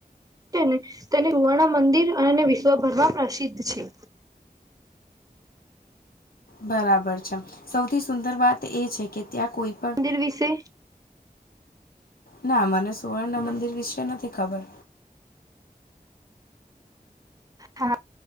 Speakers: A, on the right; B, on the left.
A: તેને તેને વર્ણ મંદિર અને વિશ્વભર માં પ્રસિદ્ધ છે.
B: બરાબર છે સૌથી સુંદર વાત એ છે કે ત્યાં કોઈ પણ
A: એ વિશે
B: ના મને સુવર્ણ મંદિર વિશે નથી ખબર.
A: હા